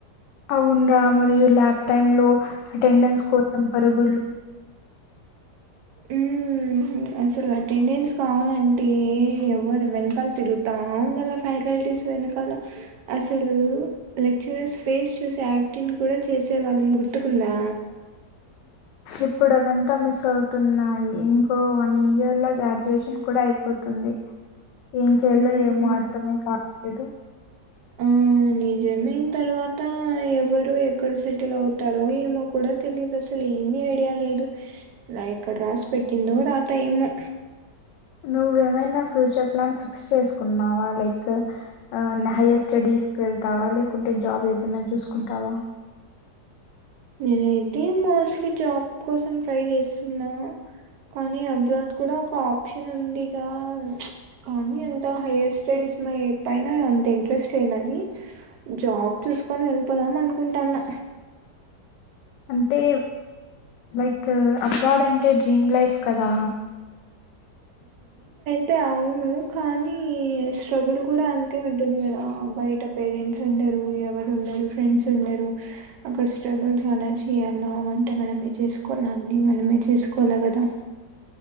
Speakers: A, on the left (about 90°); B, on the right (about 80°).
A: అవునురా మరియు ల్యాబ్ టైమ్ లో అటెండెన్స్ కోసం పరుగులు
B: ఉ అసలు అటెండెన్స్ కావాలంటే ఎవరు వెనకాల తిరుగుతాం ఫ్యాకల్టీస్ వెనకాల అసలు లెక్చరర్స్ ఫేస్ చూసి తిను కూడా చేసేవాళ్లను గుర్తుకుందా
A: ఇప్పుడు అదంతా మిస్ అవుతున్నాయి ఇంకో వన్ ఇయర్ లో గ్రాడ్యుయేషన్ కూడా అయిపోతు తుంది ఏం చేయాలో
B: హ్మ్.
A: ఏమో అర్థమే కాలేదు
B: <unintelligible> నిజమయిన తర్వాత ఎవరు ఎక్కడ సెటిల్ అవుతారో ఏమో కూడా తెలియదు అసలు ఏమి ఐడియా లేదు ఇక్కడ రాసి పెట్టిందో రాత ఏమో
A: నువ్వేమైనా ఫ్యూచర్ ప్లాన్ ఫిక్స్ చేసుకున్నావా లైక్ హైయర్ స్టడీస్ వెళ్తావా లేకుంటే జాబ్ ఏదన్నా చూసుకుంటావా
B: నేనైతే మోస్ట్లీ జాబ్ కోసం ట్రై చేస్తున్నా కానీ అబ్రాడ్ కూడా ఒక ఆప్షన్ ఉండడిగా కానీ ఎంత హైయర్ స్టడీస్ పైన అంత ఇంట్రెస్ట్ లేనని జాబ్ చూసుకొని వెళ్ళిపోదాం అనుకుంటాన్న
A: అంటే లైక్ అబ్రాడ్ అంటే డ్రీమ్ లైఫ్ కదా
B: అంటే అవును కానీ స్ట్రగుల్ కూడా అంతే ఉంటుంది కదా బయట పేరెంట్స్ ఉండరు ఎవరు ఉండరు ఫ్రెండ్స్ ఉండరు అక్కడ స్ట్రగుల్ చాలా చేయాలా ఉంట మనమే చేసుకోవాల అన్ని మనమే చేసుకోవాలి కదా